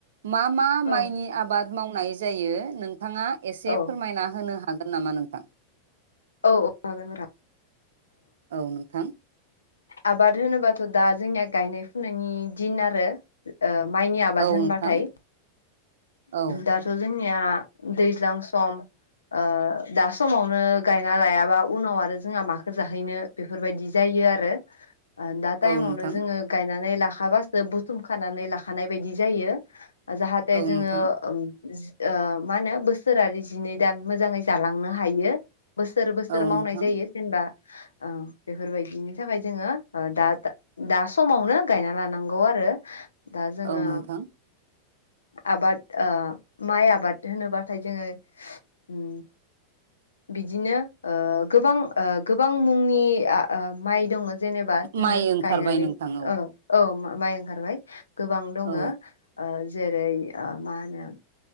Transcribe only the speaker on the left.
औ
औ
औ हागोन नोंथां।
आबाद होनोबाथ' दा जोंनिया गायनाय फुनायनि दिन आरो ओ माइनि आबाद
होनबाथाय
दाथ' जों जोंनिया दैज्लां सम ओ दा समावनो गायना लायाबा उनाव आरो जोंहा माखो जाहैनो बेफोरबायदि जायो। इयो आरो दा टाइममावनो
नो जोङो गायना नै लाखाबासो बुथुम खानानै लाखानाय बायदि जायो ओ जा
जोङो
ओम ओ मा होनो बोसोरारि जिनै दान मोजाङै जालांनो हायो। बोसोर बोसोर
मावनाय
जायो जेनेबा औ बेफोरबायदिनि थाखाय जोङो ओ दा दा समावनो गायना लानांगौ आरो। आरो दा जोङो
आबाद ओ माइ आबाद होनोबाथाय जोङो उम बिदिनो ओ गोबां ओ गोबां मुंनि आ ओ माइ दङ। जेनेबा जोङो
गायनानै
औ औ माइ ओंखारबाय गोबां दङ।
ओ जेरै आ मा होनो